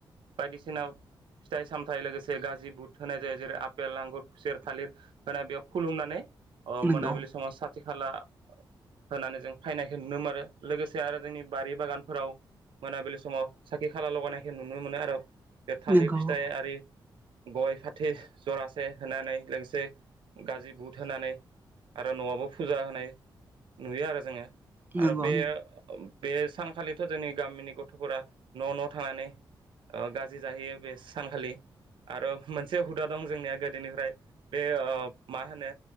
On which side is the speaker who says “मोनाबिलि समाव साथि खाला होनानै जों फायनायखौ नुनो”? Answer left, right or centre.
Right